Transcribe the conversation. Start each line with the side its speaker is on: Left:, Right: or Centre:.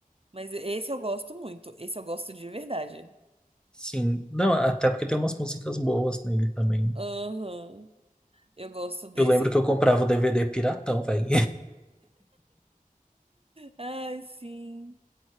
Right: Mas esse eu gosto muito. Esse eu gosto de verdade.
Centre: Sim, não, até porque tem umas músicas boas nele também.
Right: Aham. Eu gosto desse.
Centre: Eu lembro que eu comprava o DVD piratão, velho.
Right: Ai, sim.